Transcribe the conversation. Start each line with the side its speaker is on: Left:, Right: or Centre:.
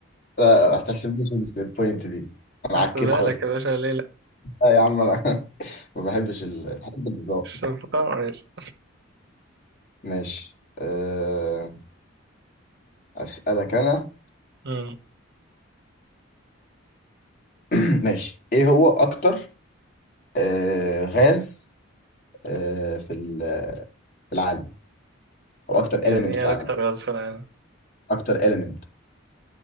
Left: لا ما تحسبنيش في البوينت دي انا
Right: هحسبها
Left: عكيت خالص
Right: لك يا باشا ليه لا
Left: لا يا عم انا <laughs> ما بحبش ال... بحب النظام
Right: الشفقة ماشي
Left: ماشي أه... اسالك انا
Right: أمم،
Left: <clears throat> ماشي ايه هو اكتر أه... غاز أه... في ال- في العالم او اكتر
Right: يعني
Left: اليمنت في
Right: ايه
Left: العالم
Right: أكتر غاز في العالم
Left: اكتر اليمنت